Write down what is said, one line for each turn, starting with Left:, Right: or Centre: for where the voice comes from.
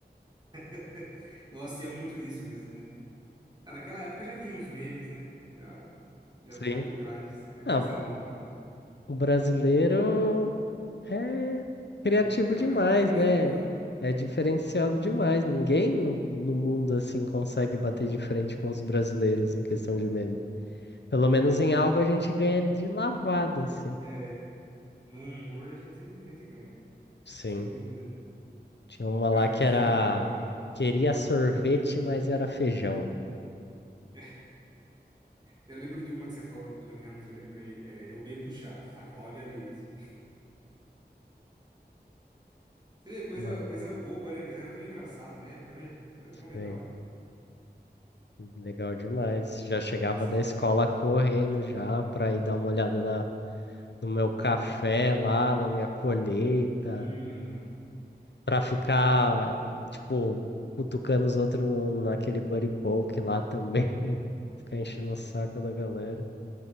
Right: <laughs> Nossa, tinha muito disso mesmo, né? Ah, naquela época já tinha uns memes, né? Já, já
Left: Sim.
Right: vem lá de trás, não é coisa
Left: Ah,
Right: nova, né?
Left: O brasileiro é criativo
Right: É, é,
Left: demais,
Right: o- é o meme
Left: né?
Right: puro.
Left: É diferenciado demais. Ninguém no, no mundo assim consegue bater de frente com os brasileiros em questão de meme. Pelo
Right: Verdade,
Left: menos em
Right: cara.
Left: algo a gente ganha de lavada, assim.
Right: é No humor a gente, a gente ganha,
Left: Sim.
Right: sem dúvida.
Left: Tinha uma
Right: Cara,
Left: lá que
Right: mas
Left: era
Right: era da hora.
Left: queria sorvete, mas era feijão.
Right: <laughs> Eu lembro de uma que você falou do Tony Ramos, eu lembrei. é, eu bebo chá, a Cláudia Leite. <laughs> Você vê, coisa,
Left: Mano,
Right: coisa boba, né? Mas era tão engraçado na época, né? Era tão legal.
Left: sim. Legal demais.
Right: Ah,
Left: Já chegava
Right: dá saudade,
Left: da escola
Right: né?
Left: correndo já pra ir dar uma olhada na- no meu café lá, na minha colheita.
Right: Uhum,
Left: pra ficar, tipo, cutucando os outros no- naquele buddy poke lá também. <laughs> Ficar
Right: sim.
Left: enchendo o saco da galera.